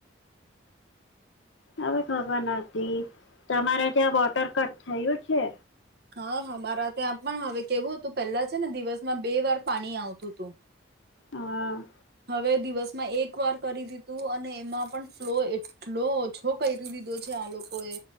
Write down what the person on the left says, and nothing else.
હવે ખબર નથી તમારે ત્યાં વોટર કટ થયું છે
હા